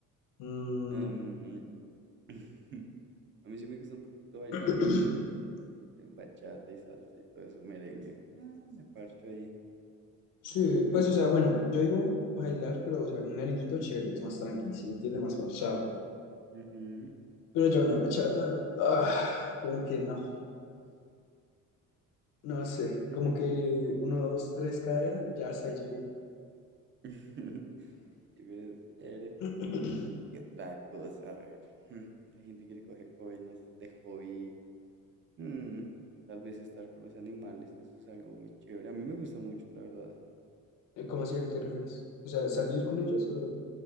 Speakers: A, on the left; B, on the right.
A: Mm,
B: Am, <laughs> a mí sí me gusta un poquito bailar,
A: <clears throat>
B: la verdad. En bachata y salsa y todo eso, merengue. Ah, me parcho ahí.
A: sí,
B: Mm,
A: pues, o sea, bueno, yo digo bailar, pero, o sea, un merenguito chévere, es más tranqui, si me entiende, más pausado.
B: ujú.
A: Pero yo no, bachata, ah, como que no, no sé, como
B: <laughs>
A: que uno, dos, tres cadera, ya hasta ahí llegué.
B: <laughs> Sí, pero es chévere.
A: <laughs>
B: ¿Qué otra cosa? A ver, mm, la gente quiere coger coge COVID no de hobby. mm, tal vez estar con los animales, eso es algo muy chévere. A mí me gusta mucho, la verdad.
A: ¿Cómo así a qué te refieres? O sea, ¿salir con ellos? o